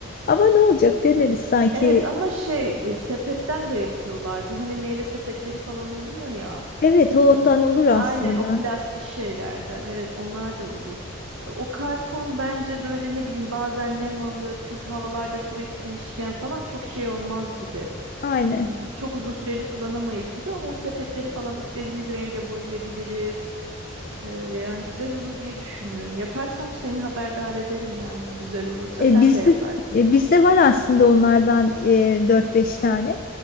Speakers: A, on the left; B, on the right.
A: Ama ne olacak deneriz sanki
B: Evet ama şey e, sepetten de yapıyorlar. Bu hani meyve sepetleri falan oluyor ya.
A: Evet, o
B: e,
A: ondan olur aslında.
B: aynen o plastik şeylerden. Evet onlar da olur. E, O karton bence böyle ne bileyim bazen nem alır. Çünkü havalarda sürekli değişken falan çok şey olmaz gibi.
A: Aynen.
B: Hmm, Çok uzun süreli kullanamayız gibi ama o sepetleri falan istediğimiz renge boyayabiliriz. E, yani güzel olur diye düşünüyorum. Yaparsam seni haberdar ederim yani güzel olursa
A: E,
B: sen
A: bizde
B: de yaparsın.
A: e, bizde var aslında onlardan e, 4-5 tane.